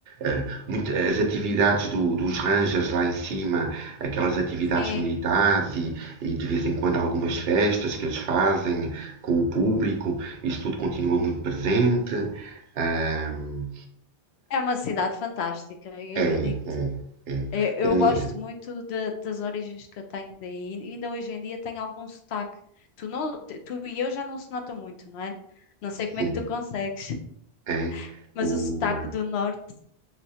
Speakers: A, on the right; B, on the left.
A: eh, muito- as atividades do- dos Rangers lá em cima, aquelas atividades
B: Sim,
A: militares e, e de vez em quando algumas festas que eles fazem com o público, isso tudo continua muito presente. Ahm,
B: é uma cidade fantástica. Eu,
A: é,
B: eu digo-te,
A: é, é,
B: eu, eu
A: é,
B: gosto muito de- das origens que eu tenho daí. E Ainda hoje em dia tenho algum sotaque. Tu, não, tu e eu já não se nota muito, não é? Não sei como
A: sim,
B: é que tu consegues, <laughs>
A: é.
B: mas
A: O,
B: o sotaque do norte,